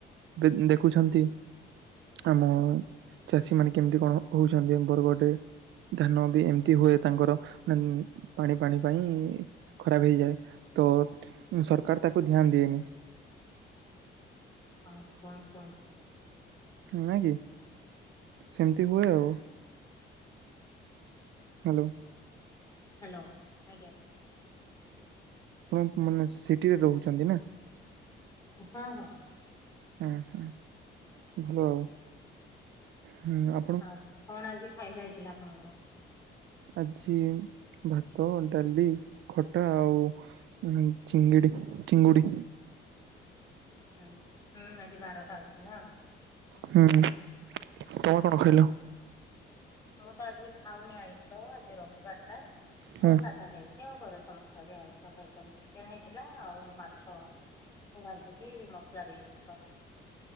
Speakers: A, on the right; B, on the left.
A: ବେ ଦେଖୁଛନ୍ତି। ଆମ ଚାଷୀ ମାନେ କେମିତି କଣ ହଉଚନ୍ତି ବରଗଡ ରେ। ଧାନ ବି ଏମିତି ହୁଏ ତାଙ୍କର ମେମ ପାଣି ପାଣି ପାଇଁ ଖରାପ ହେଇଯାଏ ତ ସରକାର ତାକୁ ଧ୍ୟାନ ଦିଏନି।
B: ଆଉ କଣ କୁହନ୍ତୁ?
A: ନୁହେଁକି? ସେମିତି ହୁଏ ଆଉ। ହାଲୋ।
B: ହ୍ୟାଲୋ ଆଜ୍ଞା।
A: ଆପଣ ମାନେ ସିଟିରେ ରହୁଚନ୍ତି ନା?
B: ହଁ ହଁ।
A: ଉହଁ ଭଲ ଆଉ। ହୁଁ ଆ
B: ଆଉ କଣ ଆଜି ଖାଇବା ହେଇଥିଲା ଆପଣଙ୍କର?
A: ଆଜି ଭାତ ଡାଲି ଖଟା ଆଉ ଉମ ଚିଙ୍ଗିଡ଼ି ଚିଙ୍ଗୁଡି।
B: ହୁଁ ହୁଁ ଆଜି ବାରଟା ଅଛି ନା।
A: ହୁଁ। ତମ କଣ ଖାଇଲ?
B: ମୁଁ ତ ଆଜି ଖାଉନି ଆଇଁଷ ଆଜି ରବିବାର ଟା।
A: ହୁଁ
B: ମୁଁ ସାଧା ଖାଇ ଚି ଆଉ ଘରେ ସମସ୍ତେ ଆଜି ଆଇଁଷ ଖାଇଛନ୍ତି। ଚିକେନ ହେଇଥିଲା ଆଉ ମାଛ ଭାଜିକି ମସଲା ଦେଇ କର